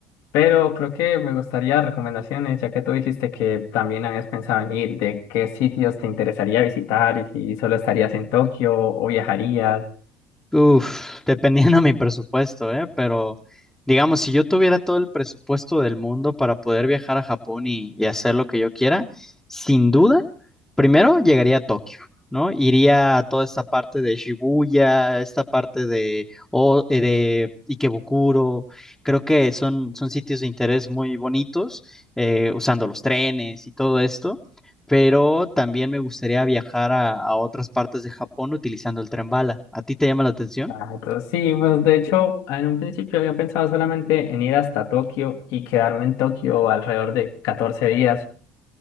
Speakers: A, on the left (about 75°); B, in the centre.
A: pero creo que me gustaría recomendaciones, ya que tú dijiste que también habías pensado en ir, de qué sitios te interesaría visitar y si solo estarías en Tokio o viajarías.
B: Uf, <laughs> dependiendo de mi presupuesto, ¿eh? Pero digamos, si yo tuviera todo el presupuesto del mundo para poder viajar a Japón y, y hacer lo que yo quiera, sin duda, primero llegaría a Tokio, ¿no? Iría a toda esta parte de Shibuya, esta parte de, o, eh, de Ikebukuro. Creo que son, son sitios de interés muy bonitos, eh, usando los trenes y todo esto. pero también me gustaría viajar a, a otras partes de Japón utilizando el tren bala. ¿A ti te llama la atención?
A: Ah, Entonces, sí, pues de hecho, en un principio había pensado solamente en ir hasta Tokio y quedarme en Tokio alrededor de 14 días.